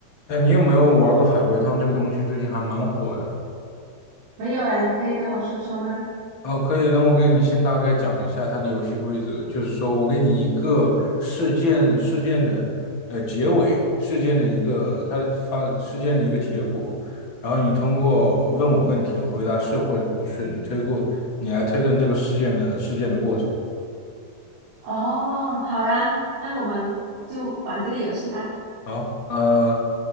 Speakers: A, on the left; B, on the right.
A: 哎，你有没有玩过海龟汤这个东西？最近还蛮火的。
B: 没有哎，你可以跟我说说吗？
A: 哦，可以，那我给你先大概讲一下它的游戏规则，就是说我给你一个事件事件的呃结尾，事件的一个它发事件的一个结果，然后你通过问我问题回答是或者不是，你推过你来推断这个事件的事件的过程。
B: 哦，好啊，那我们就玩这个游戏吧。
A: 好，呃，